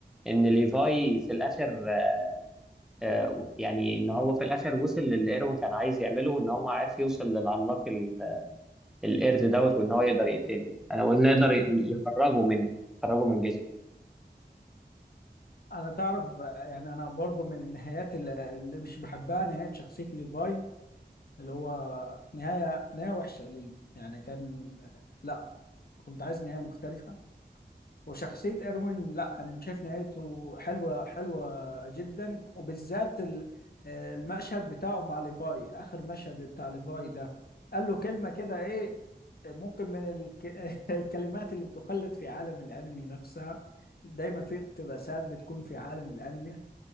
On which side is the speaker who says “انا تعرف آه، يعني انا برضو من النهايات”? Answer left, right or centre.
Left